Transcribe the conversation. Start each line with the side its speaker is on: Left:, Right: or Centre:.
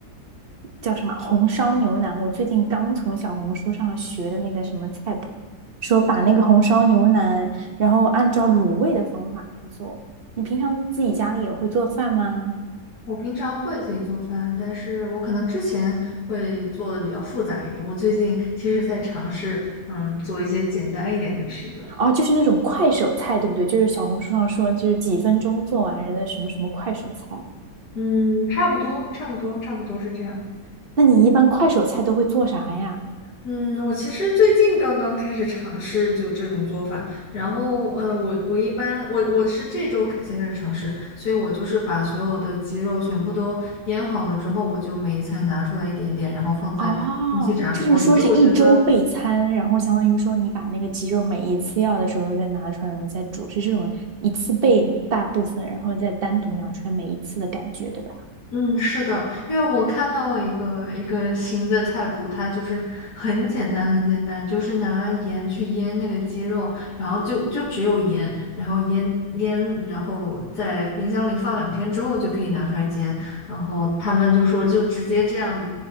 Right: 叫什么红烧牛腩。我最近刚从小红书上学的那个什么菜谱，说把那个红烧牛腩，然后按照卤味的方法来做。你平常自己家里也会做饭吗？
Left: 我平常会自己做饭，但是我可能之前会做的比较复杂一点。我最近其实在尝试，嗯，做一些简单一点的吃的。
Right: 哦，就是那种快手菜，对不对？就是小红书上说，就是几分钟做完人的什么什么快手菜。
Left: 嗯，差不多，差不多，差不多是这样。
Right: 那你一般快手菜都会做啥呀？
Left: 嗯，我其实最近刚刚开始尝试就这种做法，然后呃，我我一般我我是这周开才开始尝试，所以我就是把所有的鸡肉全部都腌好了之后，我就每一餐拿出来一点点，然后放在空气炸锅里。
Right: 哦，就是说是一周备餐，
Left: 就我觉得。
Right: 然后相当于说你把那个鸡肉每一次要的时候再拿出来，然后再煮，是这种一次备大部分，然后再单独拿出来每一次的感觉，对吧？
Left: 嗯，是的，因为我看到了一个一个新的菜谱，它就是很简单，很简单，就是拿盐去腌那个鸡肉，然后就就只有盐，然后腌腌，然后在冰箱里放两天之后就可以拿出来煎，然后他们就说就直接这样，